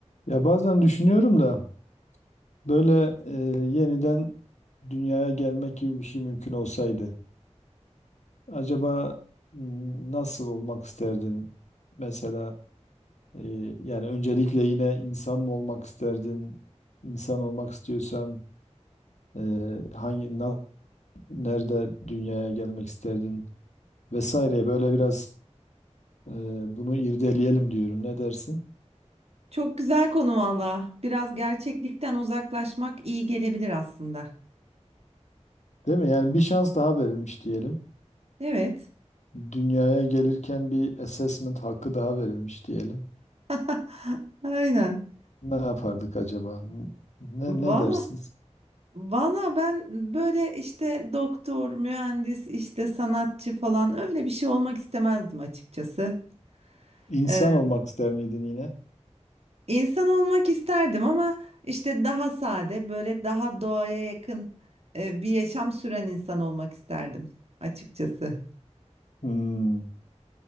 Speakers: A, on the left; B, on the right.
A: Ya bazen düşünüyorum da böyle e, yeniden dünyaya gelmek gibi bir şey mümkün olsaydı acaba m, nasıl olmak isterdin? Mesela e, yani öncelikle yine insan mı olmak isterdin? İnsan olmak istiyorsan e, hangi na- nerede dünyaya gelmek isterdin? Vesaire böyle biraz e, bunu irdeleyelim diyorum. Ne dersin?
B: Çok güzel konu valla. Biraz gerçeklikten uzaklaşmak iyi gelebilir aslında.
A: Değil mi? Yani bir şans daha verilmiş diyelim.
B: Evet.
A: Dünyaya gelirken bir assessment hakkı daha verilmiş diyelim.
B: <laughs> Aynen.
A: Ne yapardık acaba? Ne,
B: Valla
A: ne dersiniz?
B: valla ben böyle işte doktor, mühendis, işte sanatçı falan öyle bir şey olmak istemezdim açıkçası.
A: İnsan
B: Ee,
A: olmak ister miydin yine?
B: insan olmak isterdim ama işte daha sade, böyle daha doğaya yakın e, bir yaşam süren insan olmak isterdim açıkçası.
A: Hmm.